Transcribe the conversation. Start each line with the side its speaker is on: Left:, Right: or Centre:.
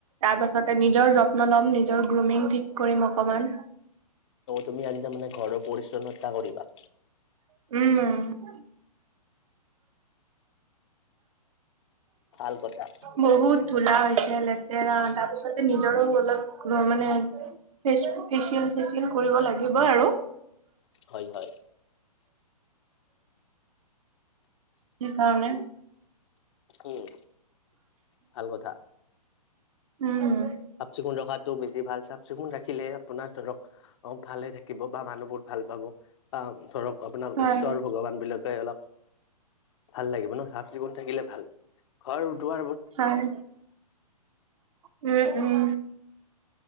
Right: তাৰপাছতে নিজৰ যত্ন ল'ম নিজৰ গ্ৰুমিং ঠিক কৰিম অকমান।
Left: তুমি আজি তাৰমানে ঘৰৰ পৰিচ্ছন্নতা কৰিবা।
Right: উম
Left: ভাল কথা
Right: বহুত ধূলা হৈছে লেতেৰা তাৰপিছতে নিজৰো অলপ মানে ফেচ, ফেচিয়েল-চেচিয়েল কৰিব লাগিব আৰু।
Left: হয় হয়
Right: সেইকাৰণে।
Left: উম ভাল কথা
Right: উম
Left: চাফ-চিকুণ ৰখাতটো বেছি ভাল চাফ-চিকুণ ৰাখ ৰাখিলে আপোনাৰ ধৰক অ' ভালে থাকিব বা মানুহবোৰ ভাল পাব বা ধৰক আপোনাক
Right: হয়,
Left: ঈশ্বৰ ভগৱান বিলাক অলপ ভাল লাগিব ন চাফ-চিকুণ থাকিলে ভাল ঘৰ উঠোৱা
Right: হয়, উম উম